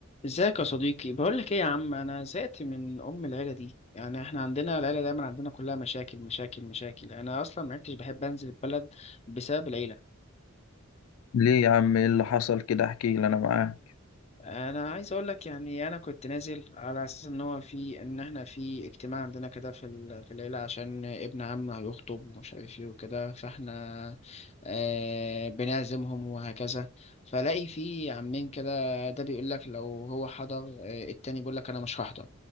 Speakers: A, on the left; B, on the left.
A: ازيك يا صديقي بقول لك ايه يا عم انا زهقت من ام العيله دي يعني احنا عندنا العيله دايما عندنا كلها مشاكل مشاكل مشاكل انا اصلا ما عدتش بحب انزل البلد بسبب العيله
B: ليه يا عم ايه اللي حصل كده احكي لي انا معاك
A: انا عايز اقول لك يعني انا كنت نازل على اساس ان هو في ان احنا في اجتماع عندنا كده في ال- في العيله عشان ابن عم هيخطب ومش عارف ايه وكده فاحنا آه بنعزمهم وهكذا فلاقي في عمين كده ده بيقول لك لو هو حضر آه التاني بيقول لك انا مش هحضر